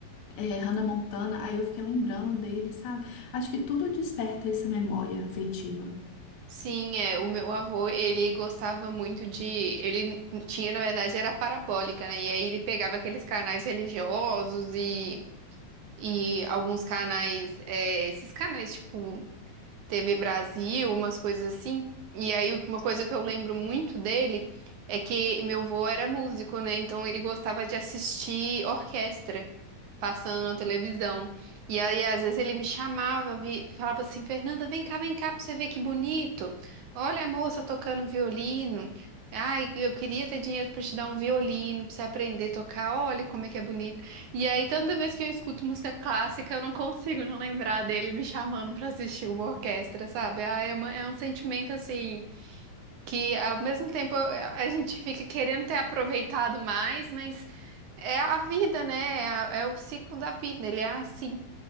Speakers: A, on the left; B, on the right.
A: é, Hannah Montana, aí eu fiquei lembrando dele, sabe? Acho que tudo desperta essa memória afetiva.
B: Sim, é, o meu avô, ele gostava muito de, ele tinha, na verdade, era parabólica, né? E aí ele pegava aqueles canais religiosos e, e alguns canais, é, esses canais tipo TV Brasil, umas coisas assim. E aí uma coisa que eu lembro muito dele é que meu avô era músico, né? Então ele gostava de assistir orquestra passando na televisão. E aí, às vezes, ele me chamava, vi- falava assim, Fernanda, vem cá, vem cá, pra você ver que bonito. Olha a moça tocando violino. Ai, eu queria ter dinheiro pra te dar um violino, pra você aprender a tocar. Olha como é que é bonito. E aí, toda vez que eu escuto música clássica, eu não consigo não lembrar dele me chamando pra assistir uma orquestra, sabe? Ah, é uma- é um sentimento, assim, que ao mesmo tempo a a gente fica querendo ter aproveitado mais, mas é a vida, né? É, a- é o ciclo da vida, ele é assim.